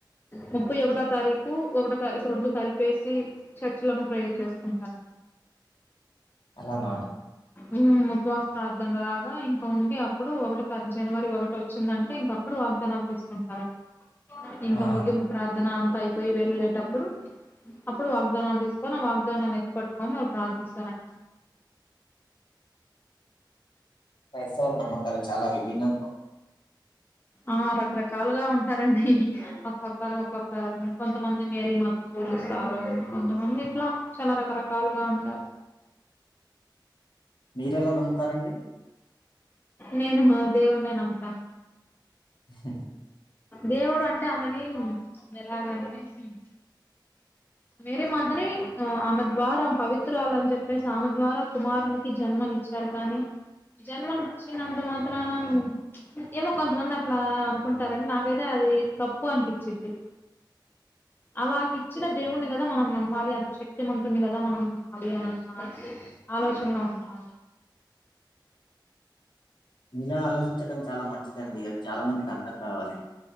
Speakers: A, on the left; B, on the left.
A: ముప్పై ఒకటో తారీకు ఒకటో తారీఖు రెండు కలిపేసి చర్చిలోన ప్రేయర్ చేస్తుంటారండి
B: అలాన
A: ఉమ్ ఉపవాస ప్రార్ధనలాగ ఇంక ఉండి అప్పుడు ఒకటి జనవరి ఒకటి వచ్ వచ్చిందంటే ఇంక అప్పుడు వాగ్దానాలు తీసుకుంటారండి ఇంక
B: ఆ!
A: ముగింపు ప్రార్థన అంత అయిపోయి వెళ్ళేటప్పుడు అప్పుడు వాగ్దానాలు తీసుకొని ఆ వాగ్దానాన్ని ఎత్తు పట్టుకొని వాళ్ళు ప్రార్థిస్తారన్న
B: అట్ సైడ్ నమ్మకాలు చాల విభిన్నంగ ఉంటాయి
A: ఆ రకరకాలుగ ఉంటారండి ఒక్కొక్కరు ఒక్కొక్ కొంతమంది మేరీ మాతను పూజిస్తారు అని కొంతమంది ఇట్ల చాల రకరకాలుగ ఉంటారు
B: మీరెల నమ్ముతారండి
A: నేను నా దేవుడినే నమ్ముతాను
B: ఉహు
A: దేవుడు అంటె ఆమెని ఎలాగంటె ఉమ్ మేరీ మాతని ఆ ఆమె ద్వార పవిత్రాలని చెప్పేసి ఆమె ద్వార కుమారుని జన్మ నిచ్చారు కాని జన్మని ఇచ్చినంత మాత్రాన ఏమో కొంతమంది అట్లా అనుకుంటారని నాకైతే అది తప్పు అనిపిచ్చిది అ అలాగ ఇచ్చిన దేవుణ్ణి కదా మనం నమ్మాలి అంత శక్తి మంతుణ్ణి కద మనం నమ్మాలి అని అన్నారు ఆలోచనలో ఉంటా
B: మీలా ఆలోచించడం చాల మంచిదండి చాల మందికి అర్థం కావాలె